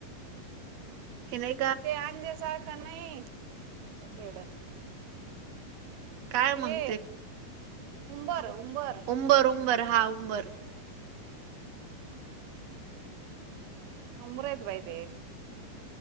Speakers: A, on the right; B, on the right.
A: हेने.
B: ते अंजेर सारखा नाही येड.
A: काय
B: ते
A: मग
B: हे उंबर उंबर.
A: उंबर उंबर हा उंबर.
B: अंबर आहेत बाई ते.